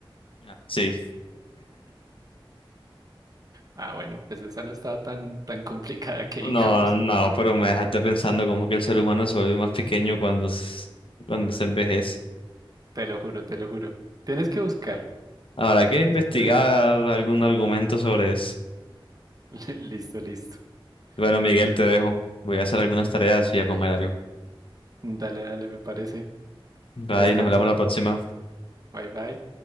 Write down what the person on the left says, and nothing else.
Claro. sí.
No,
no, pero me dejaste pensando como que el ser humano se vuelve más pequeño cuando, s- cuando se envejece.
Habrá que investigar
algún argumento sobre eso.
Bueno, Miguel,
te dejo. Voy a hacer algunas tareas y a comer algo.
Bye,
nos hablamos la próxima.